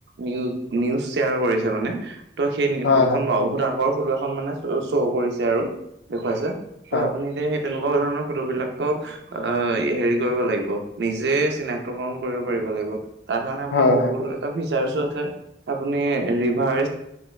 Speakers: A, on the right; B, on the left.
A: নিউজ নিউজ শ্বেয়াৰ কৰিছে মানে ত' সেই
B: হয়
A: ফটোখন
B: হয়
A: ব বহুত আগৰ ফটো এখন মানে শ্ব' কৰিছে আৰু দেখুৱাইছে ত
B: হয়,
A: আপুনি এ সেই তেনেকুৱা ধৰণৰ ফটোবলাকক অ হেৰি কৰিব লাগিব নিজে চিনাক্তকৰণ কৰিব পাৰিব লাগিব ত কাৰণে আপোনাৰ
B: হয়,
A: গুগলৰ
B: হয়,
A: এটা ভিছ আছে আপুনি ৰিভাৰ